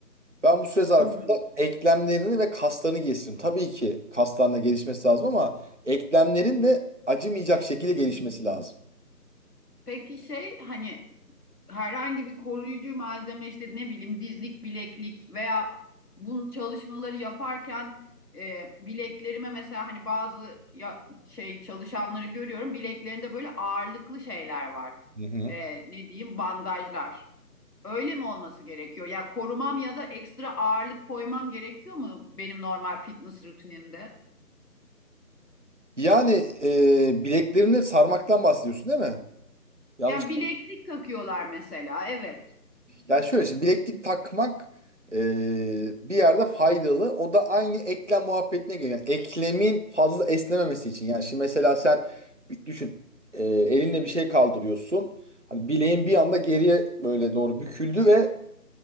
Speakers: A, on the right; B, on the left.
A: Ben bu süre zarfında
B: Hı hı.
A: eklemlerini ve kaslarını geliştiririm. Tabii ki kaslarında gelişmesi lazım ama eklemlerin de acımayacak şekilde gelişmesi lazım.
B: Peki şey hani herhangi bir koruyucu malzeme işte ne bileyim dizlik, bileklik veya bu çalışmaları yaparken e, bileklerime mesela hani bazı ya, şey çalışanları görüyorum bileklerinde böyle ağırlıklı şeyler var.
A: Hı hı.
B: E, ne diyeyim bandajlar. Öyle mi olması gerekiyor? Ya korumam ya da ekstra ağırlık koymam gerekiyor mu benim normal fitness rutinimde?
A: Yani e, bileklerini sarmaktan bahsediyorsun değil mi? Yanlış.
B: Yani bileklik takıyorlar mesela. Evet.
A: Yani şöyle şimdi bileklik takmak e, bir yerde faydalı. O da aynı eklem muhabbetine geliyor. Yani eklemin fazla esnememesi için. Yani şimdi mesela sen bir düşün e, elinle bir şey kaldırıyorsun. Hani bileğin bir anda geriye böyle doğru büküldü ve